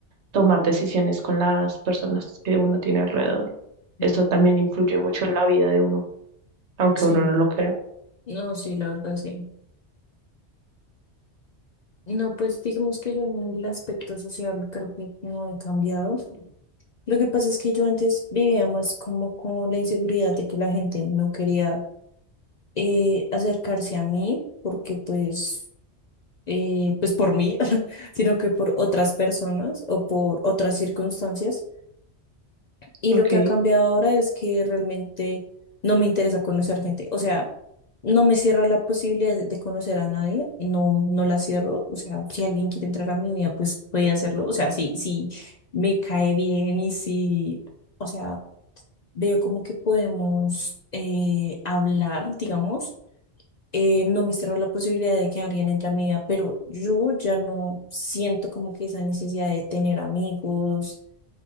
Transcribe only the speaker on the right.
tomar decisiones con las personas que uno tiene alrededor. Eso
también influye mucho en la vida de uno, aunque
uno no lo crea.
Ok,